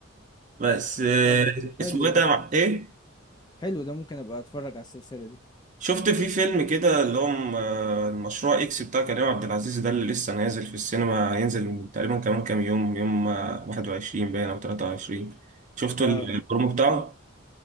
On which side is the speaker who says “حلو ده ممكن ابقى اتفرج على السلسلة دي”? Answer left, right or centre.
Left